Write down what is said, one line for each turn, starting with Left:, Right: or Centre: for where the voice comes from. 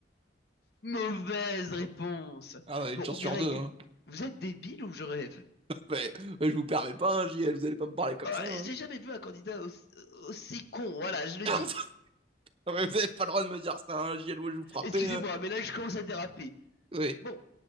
Left: Mauvaise réponse.
Right: Ah bah, une
Left: Bon,
Right: chance
Left: Greg,
Right: sur deux, hein.
Left: vous êtes débile ou je rêve?
Right: <laughs> Mais, mais je vous permets pas, hein, JL, vous allez pas me parler comme
Left: Ah,
Right: ça, hein.
Left: j'ai jamais vu un candidat aussi, aussi con, voilà, je le
Right: <laughs>
Left: dis.
Right: Ah ouais, vous avez pas le droit de me dire ça, hein, JL, ouais, je vous frappais,
Left: Excusez-moi,
Right: hein.
Left: mais là je commence à déraper.
Right: Oui,
Left: Bon,